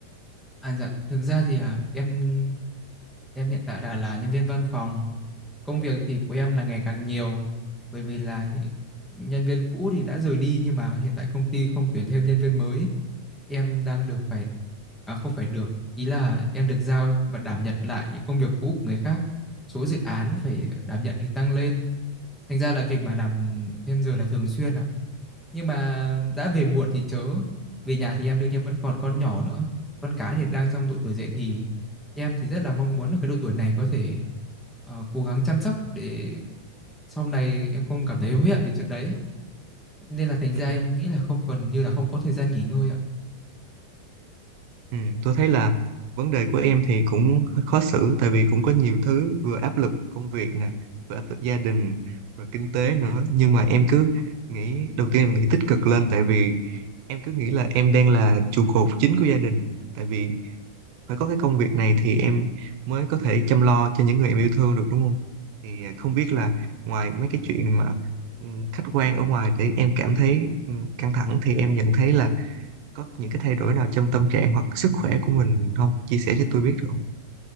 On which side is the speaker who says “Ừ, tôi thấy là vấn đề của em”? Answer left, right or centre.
Right